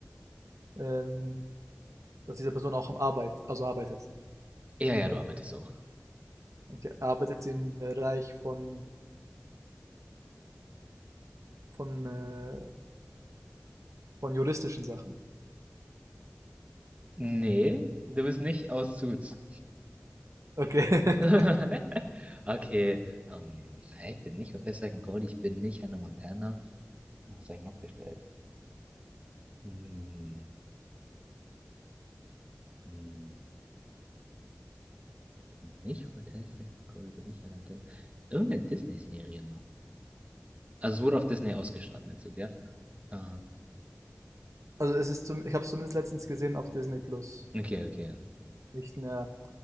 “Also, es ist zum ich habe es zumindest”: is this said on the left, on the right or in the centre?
Right